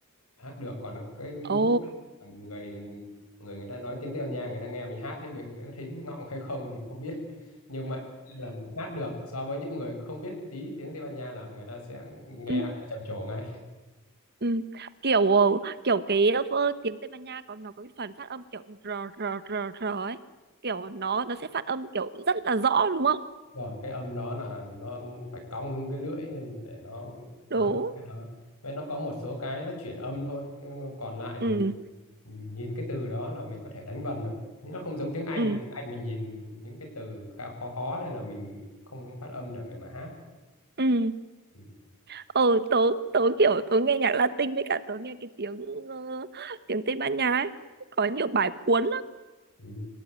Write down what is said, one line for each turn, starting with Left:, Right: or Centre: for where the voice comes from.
Left: hát được còn cái mức
Right: ồ
Left: người người người ta nói tiếng Tây Ban Nha người ta nghe mình hát thế mình người ta thấy ngọng hay không thì không biết nhưng mà là mình hát được so với những người không biết tí tiếng Tây Ban Nha là người ta sẽ nghe
Right: ừ,
Left: trầm trồ ngay
Right: ừ. kiểu ờ, kiểu cái ờ, tiếng Tây Ban Nha có nó có cái phần phát âm kiểu r r r r ấy kiểu nó nó sẽ phát âm kiểu rất là rõ đúng không
Left: rồi cái âm đó là nó phải cong cái lưỡi lên để nó
Right: đúng
Left: nói được cái đó vậy nó có một số cái nó chuyển âm thôi nhưng còn lại thì
Right: ừ
Left: mình nhìn cái từ đó là mình có thể đánh vần được nhưng nó không giống tiếng Anh
Right: ừ
Left: tiếng Anh mình nhìn những cái từ khá khó khó này là mình không phát âm được để mà hát
Right: ừ
Left: ừ.
Right: ờ tớ tớ kiểu tớ nghe nhạc Latin với cả tớ nghe cái tiếng ờ, tiếng Tây Ban Nha ấy có nhiều bài cuốn lắm
Left: Ừ.